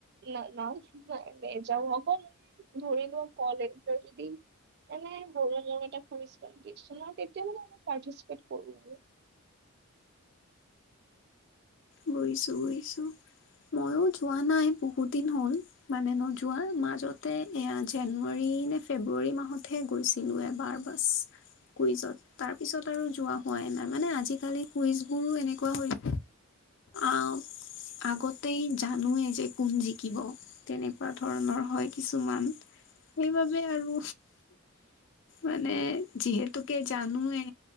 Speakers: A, on the right; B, on the left.
A: না নাজ নোহোৱা নেযাওঁ, অকলে ধৰি লোৱা কলেজৰ যদি এনে বৰ এটা কুইজ প্ৰান্তিক চনত এতিয়া মানে অলপ প্ৰাতিচেপেত কৰো আৰু
B: বুইছো বুইছো ময়ো যোৱা নাই বহুত দিন হ'ল মানে নোযোৱা মাজতে এয়া জানুৱাৰী নে ফেব্ৰুৱাৰী মাহতহে গৈছিল লো এবাৰ বাছ কুইজত তাৰ পিছত আৰু যোৱা হোৱাই নাই মানে আজিকালি কুইজ বোৰো এনেকুৱা হৈ আও আগতেই জানোৱেই যে কোন জিকিব তেনেকুৱা ধৰণৰ হয় কিছুমান সেইবাবে আৰু মানে যিহেতুকে জানয়ে